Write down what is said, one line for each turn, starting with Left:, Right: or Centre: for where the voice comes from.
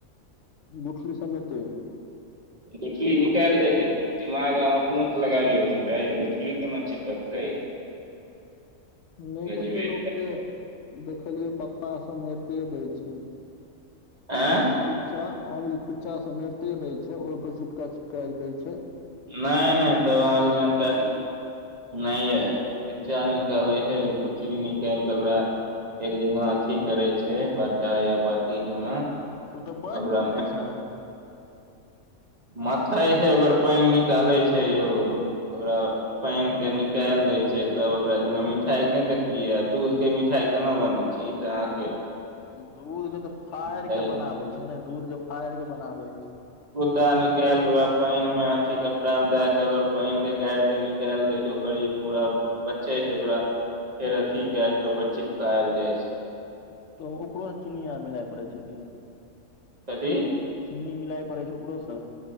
Left: गुठल सनेते
Right: गुठली निकाल दै छै दिमाग अहाँ अपनोसँऽ लगाबियौ कनिटा यौ गुठली केना चिपकतै
Left: <inaudible> नहि
Right: गजबे
Left: कते लोक के देखलियै पत्ता समे एते दैय छै
Right: आँय
Left: आम के <unintelligible> से है आम के खुच्चा सब एते देय छै हि ओपर चिपका चिपका के देय छै
Right: नहि नहि तब अहाँके जानकारी नहि यै बच्चा निकालै हे गुठली निकाल कऽ ओकरा एक जगह अथी करे छै बट्टा या बाटी के <unintelligible>
Left: ओ तऽ बहि
Right: ओकरा
Left: ने जाइ छै
Right: माथइ छै ओकर पानि निकालै छै यौ ओकरा पानि के निकालि दैत छै तब ओकरा जेना मिठाई के नहि देखलियै आ दूध के मिठाई केना बनैत छै आहाँ कै
Left: दूध के तऽ फाड़
Right: चाही
Left: के बनाबे छै ने दूध के फाड़ के बनाबै छै
Right: का निकालिक ओकरा पानि मे अथी कपड़ा मे दए के ओकर पानि के गैड़िक के गेएल दै छै ओकर जे पूरा बचे छै ओकरा <unintelligible> फेर अथी क के पर चिपकायल जाय छै
Left: तऽ ओकरो अर चीनी आर मिलाय पड़ै छै कि
Right: कथी
Left: चिन्नी मिलाइ पड़ै छै उपरो स